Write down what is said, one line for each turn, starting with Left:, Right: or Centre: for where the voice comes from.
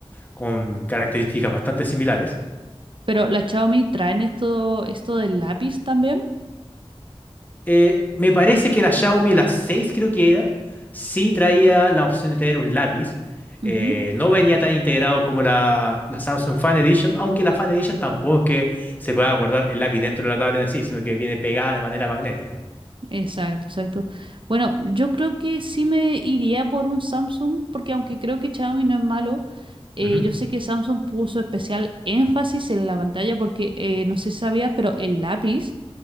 Left: con características bastante similares.
Right: Pero las Xiaomi traen esto, esto del lápiz también.
Left: Eh, me parece que la Xiaomi, la 6 creo que era, sí traía la opción de tener un lápiz.
Right: Ujú,
Left: Eh, no venía tan integrado como la, la Samsung Fan Edition, aunque la Fan Edition tampoco es que se pueda guardar el lápiz dentro de la tablet en sí, sino que viene pegada de manera magnética.
Right: Exacto, exacto. Bueno, yo creo que sí me iría por un Samsung, porque aunque creo que Xiaomi no es malo, eh,
Left: Ujú,
Right: yo sé que Samsung puso especial énfasis en la pantalla, porque eh, no sé si sabías, pero el lápiz,